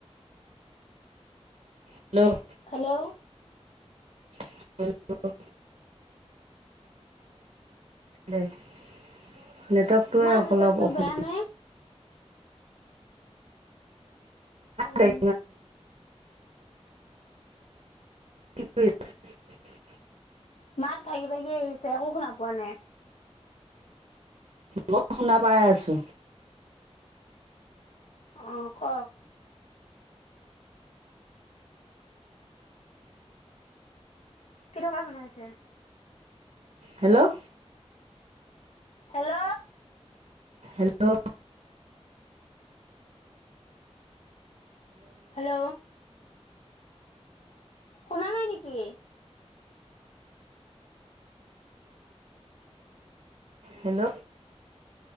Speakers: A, on the right; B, on the left.
A: Hello.
B: Hello.
A: Hello নেটৱৰ্কটোৱে
B: ইমান
A: অলপ
B: নেটৱৰ্কটো
A: অসু
B: বেয়া নে? উম।
A: দেই। কি <unintelligible>
B: মাত ভাগি ভাগি আহিছে একো শুনা পোৱা নাই।
A: মই শুনা পাই আছো।
B: অ' কওঁক। <unintelligible> বনাইছে?
A: হেল্ল'?
B: হেল্ল'?
A: হেল্ল।
B: হেল্ল। শুনা নাই নেকি?
A: হেল্ল'।